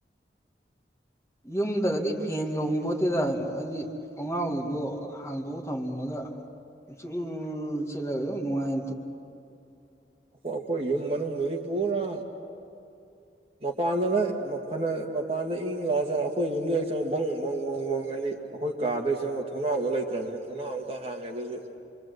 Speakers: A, on the left; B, on the right.
A: ꯌꯨꯝꯗꯒꯗꯤ ꯐꯦꯟ ꯌꯧꯍꯨꯝ ꯄꯣꯠꯇꯦꯗ ꯍꯥꯏꯗꯤ ꯈꯣꯡꯒꯥꯎꯗꯣ ꯍꯥꯡꯗꯣꯛꯑ ꯊꯝꯃꯒ ꯆ ꯆꯠꯂꯒ ꯗꯨ ꯉꯥꯏ
B: ꯑꯁꯣꯏ ꯌꯨꯨꯝ ꯃꯅꯨꯡ ꯗꯨꯒꯤ ꯄꯨꯔꯥ ꯃꯄꯥꯟꯗꯅ ꯐꯅ ꯃꯄꯥꯟꯗ ꯏꯪ ꯂꯥꯎꯑꯁꯨ ꯑꯩꯈꯣꯏ ꯌꯨꯝꯗ ꯍ ꯆꯪꯉ ꯃꯪ ꯃꯪ ꯃꯪ ꯃꯪ ꯍꯥꯏꯗꯤ ꯑꯈꯣꯏ ꯀꯥꯗꯩ ꯆꯪꯉꯕ ꯊꯣꯡꯅꯥꯎꯗꯣ ꯂꯩꯇ꯭ꯔꯕꯅꯤꯅ ꯊꯣꯡꯅꯥꯎ ꯑꯃꯨꯛꯀ ꯍꯥꯡꯉꯦ ꯑꯗꯨꯁꯨ